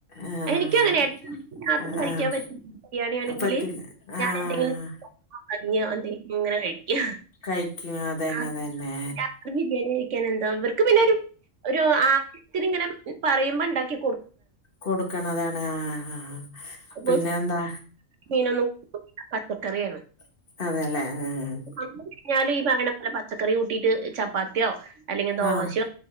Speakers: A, on the left (about 45°); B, on the right (about 65°).
A: ആഹ്
B: എനിക്കങ്ങനെയാ രാത്രി
A: ആഹ്
B: കഴിക്കാ പറ്റില്ല ബിരിയാണിയാണെങ്കില്
A: പറ്റില്ല
B: ഞാനെന്തങ്കിലും
A: ആഹ്
B: കഞ്ഞിയോ എന്തെങ്കിലുങ്ങനെ കഴിക്കും.
A: കഴിക്കും അതന്നെ
B: ആ
A: അതന്നെ
B: രാവിലെ ബിരിയാണി കഴിക്കാനെന്തോരു ഇവർക്ക് പിന്നൊരു ഒരു ആഗ്ര ഹത്തിന്ങ്ങനെ പറയുമ്പോണ്ടാക്കി
A: കൊട്ക്ക്ണതാണ്. ആഹ് ആഹ് ഹ
B: ഇപ്പൊ
A: പിന്നെന്താ?
B: മീനൊന്നും കൂട്ടൂല പച്ചക്കറിയാണ്
A: അതെല്ലേ ആഹ് ആഹ്ആഹ്.
B: വന്ന് കഴിഞ്ഞാല് ഈ പർഞപ്പോലെ പച്ചക്കറി കൂട്ടിട്ട് ചപ്പാത്തിയോ? അല്ലെങ്കിൽ ദോശയോ
A: ആഹ്